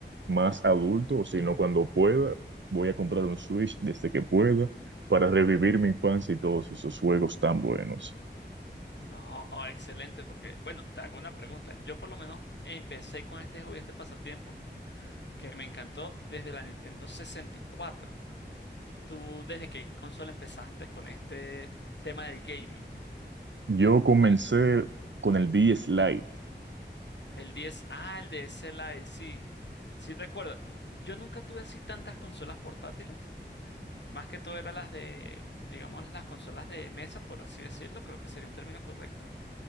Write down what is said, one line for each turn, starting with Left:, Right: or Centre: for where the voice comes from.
Right: más adulto, o sino cuando pueda, voy a comprar un Switch desde que pueda para revivir mi infancia y todos esos juegos tan buenos.
Left: No, excelente, porque bueno, te hago una pregunta. Yo por lo menos empecé con este hobby, este pasatiempo, que me encantó desde la Nintendo 64. ¿Tú desde qué consola empezaste con este tema del gaming?
Right: Yo comencé con el DS Lite,
Left: El diez ah, el de SLI, sí, sí recuerdo. N- Yo nunca tuve así tantas consolas portátiles, más que todo eran las de, digamos, las consolas de mesa, por así decirlo, creo que sería un término correcto.